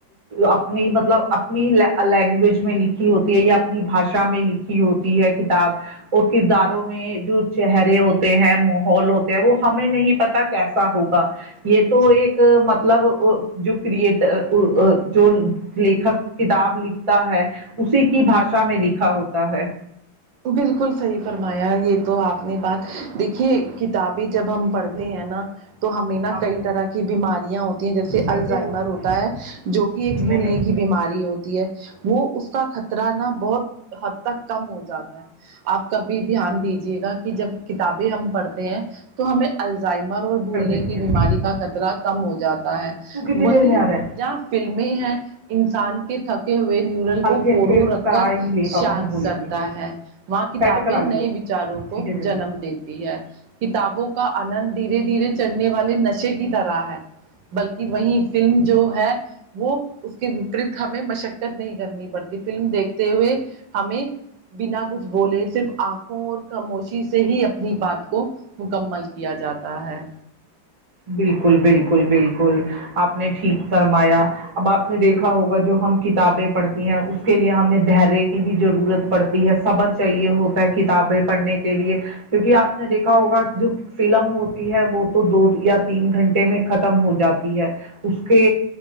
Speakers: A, on the right; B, on the right.
A: اپنے مطلب مطلب اپنی لینگویج میں لکھی ہوتی ہے یا اپنی بھاشا میں لکھی ہوتی ہے کتاب اور کرداروں میں جو چہرے ہوتے ہیں ماحول ہوتے ہیں وہ ہمیں نہیں پتا کیسے ہوگا یہ تو ایک مطلب جو کریٹر جو لکھک کتاب لکھتا ہے اسی کی بھاشا میں لکھا ہوتا ہے
B: بالکل صحیح فرمایا یہ تو آپ نے بات دیکھیے کتابیں جب ہم پڑھتے
A: ہلو
B: ہیں نا تو ہمیں نا
A: ہاں
B: کئی
A: بول
B: طرح کی بیماریاں ہوتی ہیں جیسے
A: گھر
B: الزائمر
A: پہ ہو تمہارے
B: ہوتا ہے جو کہ ایک بھولنے
A: نہیں ابھی نہیں
B: کی بیماری
A: آئی
B: ہوتی ہے وہ اس کا خطرہ نا بہت حد تک کم ہو جاتا ہے آپ کا بھی دھیان دیجیے گا کہ جب کتابیں ہم پڑھتے ہیں تو ہمیں الزائمر اور بھولنے
A: کر دیتی
B: کی
A: ہیں
B: بیماری کا خطرہ
A: ٹھیک ہے
B: کم ہو جاتا ہے
A: تو کتنی
B: وہی
A: دیر میں آ رہا ہے
B: جہاں فلمیں ہیں انسان کے تھکے ہوئے نیورل کو
A: ہلکے
B: فورو
A: ہلکے
B: رکھ
A: کرا
B: کر
A: ہی لے پاپا
B: شانت
A: کو بولیں
B: کر
A: گے
B: تا ہے وہا کتابیں
A: سیٹ کرا لیو
B: نئے وچاروں کو
A: ٹھیک ہے جلدی
B: جنم دیتی ہے کتابوں کا آنند دھیرے دھیرے چڑھنے والے نشے کی طرح ہے بلکہ وہی فلم جو ہے وہ اس کے وپریت ہمیں مشقت نہیں کرنی پڑتی فلم دیکھتے ہوئے ہمیں بنا کچھ بولے صرف آنکھوں اور خاموشی سے ہی اپنی بات کو مکمل کیا جاتا ہے
A: بالکل بالکل بالکل آپ نے ٹھیک فرمایا اب آپ نے دیکھا ہوگا جو ہم کتابیں پڑھتی ہیں اس کے لیے ہمیں دھیرے کی بھی ضرورت پڑتی ہے صبر چاہیے ہوتا ہے کتابیں پڑھنے کے لیے کیونکہ آپ نے دیکھا ہوگا جو فلم ہوتی ہے وہ تو دو یا تین گھنٹے میں ختم ہو جاتی ہے اس کے